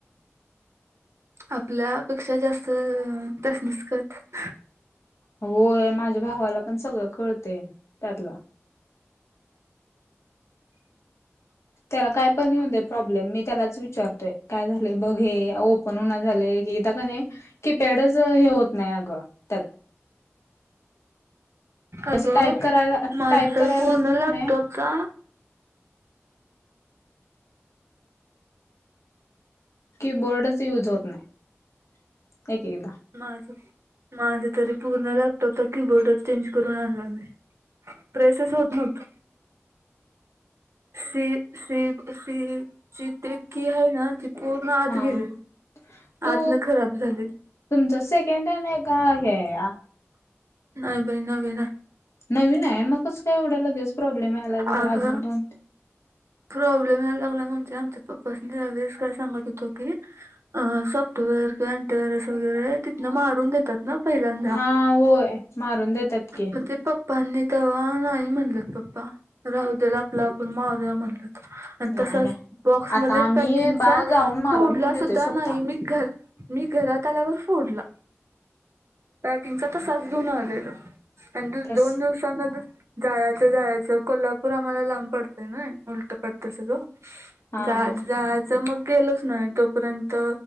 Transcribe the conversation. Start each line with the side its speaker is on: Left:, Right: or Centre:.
Right: आपल्या पेक्षा जास्त त्यासनीस कळतं.
Left: होय माझ्या भावाला पण सगळ कळतंय त्यातलं. त्याला काय पण येऊ दे प्रॉब्लेम मी त्यालाच विचारतोय काय झालेय बघ हे. हे ओपन होईना झालय एकेकदा नाही कीपॅडच हे होत नाही अगं त्यात
Right: अगं
Left: तसं टाईप करायला
Right: माझ
Left: टाईप
Right: पूर्ण
Left: करायला लागलं का
Right: लॅपटॉपचा
Left: नाही कीबोर्डच युज होत नाही एकेकदा
Right: माझं माझं तरी पूर्ण लॅपटॉपचा कीबोर्डच चेंज करून आणला मी प्रेसेच होत नव्हत शिफ्ट शिफ्ट शिफ्ट जित की आहे ना ति पूर्ण आत
Left: हा.
Right: गेलेली
Left: तू
Right: आतन खराब झाली
Left: तुमचं सेकंड हँड आहे का हे आहे या
Right: नाही बाई नवीन हाय
Left: नवीन आहे मग कस काय एवढ्या लगेच प्रॉब्लेम यायलाय खरं
Right: अगं
Left: अजून दोन
Right: प्रॉब्लेम यायला लागलाय म्हणजे आमच्या पप्पाासनि लगेच काय सांगत होतो की अ सॉफ्टवेेअर एंटी वायरस वगैरे तीतन मा लोन देतात ना पहिल्यांदा
Left: हा होय मारून देतात की
Right: म ते पप्पांनी तवा नाही म्हणलंत पप्पा राहू देल आपलं आपण मारूया म्हणल आणि
Left: नाही
Right: तसाच
Left: नाही.
Right: बॉक्समध्येध्ये
Left: आता आम्ही
Right: पॅकिंगचा
Left: बाळ जाऊन मारून
Right: फोडला
Left: घेऊन
Right: सुद्धा
Left: येतोय स्वतः
Right: नाही मी घर मी घरात आल्यावर फोडला पॅकिंगचा तसाच घेऊन आलेलो आणि दु
Left: तस
Right: दोन दिवसांना जायचं जायचं कोल्हापूर आम्हाला लांब पडतय ना उलटं पडतय सगळ
Left: हा
Right: जायाचं
Left: हा.
Right: जायाचं च मग गेलोच नाही तोपर्यंत